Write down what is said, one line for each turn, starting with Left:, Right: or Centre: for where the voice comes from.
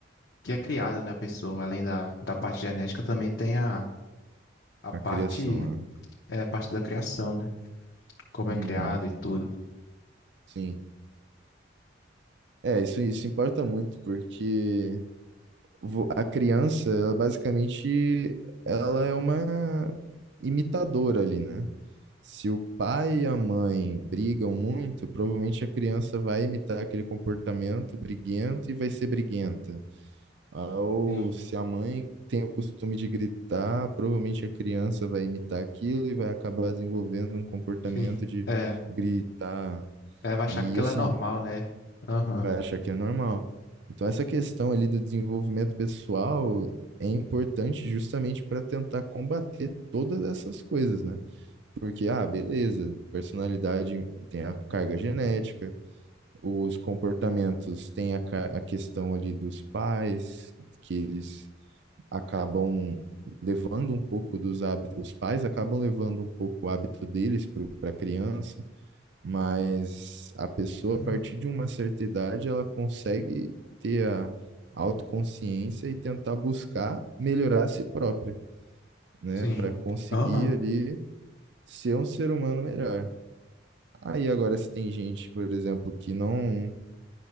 Left: que é criada, né, a pessoa, além da, da parte genética, também tem a, a
Right: A
Left: parte,
Right: criação lá.
Left: é, a parte da criação, né? Como é
Right: Uhum,
Left: criado e tudo.
Right: sim. É, isso, isso importa muito, porque vo- a criança, ela basicamente, ela é uma imitadora ali, né? Se o pai e a mãe brigam muito, provavelmente a criança vai imitar aquele comportamento briguento e vai ser briguenta. Ah, Ou
Left: Sim,
Right: se a mãe tem o costume de gritar, provavelmente a criança vai imitar aquilo e vai acabar desenvolvendo um comportamento
Left: sim.
Right: de
Left: É.
Right: gritar
Left: Deve achar
Right: e
Left: que aquilo
Right: assim,
Left: é normal, né? Aham.
Right: vai achar que é normal. Então, essa questão ali do desenvolvimento pessoal é importante justamente para tentar combater todas essas coisas, né? Porque, ah, beleza, personalidade tem a carga genética, os comportamentos tem a, ca- a questão ali dos pais, que eles acabam levando um pouco dos hábitos, os pais acabam levando um pouco o hábito deles para a criança, mas a pessoa,
Left: Uhum.
Right: a partir de uma certa idade, ela consegue ter a autoconsciência e tentar buscar melhorar a si própria, né,
Left: Sim.
Right: para conseguir
Left: Aham.
Right: ali ser um ser humano melhor. Aí agora se tem gente, por exemplo, que não